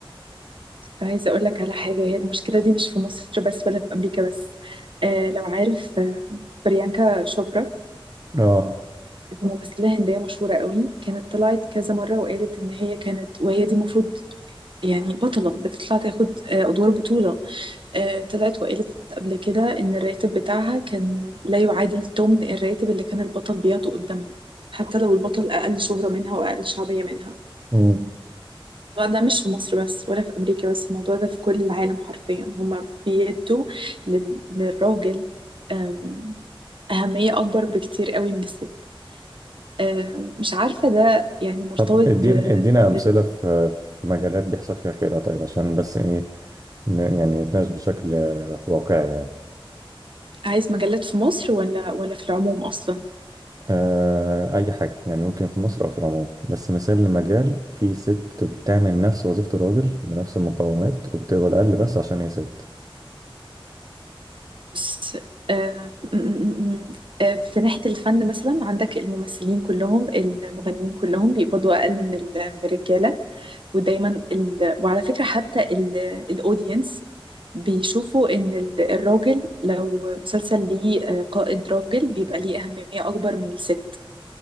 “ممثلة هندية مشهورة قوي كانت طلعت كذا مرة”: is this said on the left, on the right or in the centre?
Right